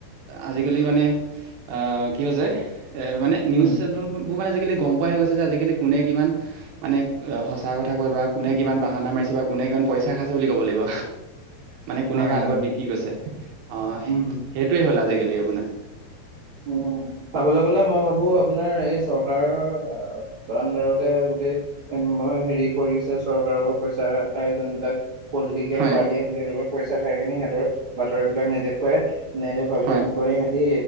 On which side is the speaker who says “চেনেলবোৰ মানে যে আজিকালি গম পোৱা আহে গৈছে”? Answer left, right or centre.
Right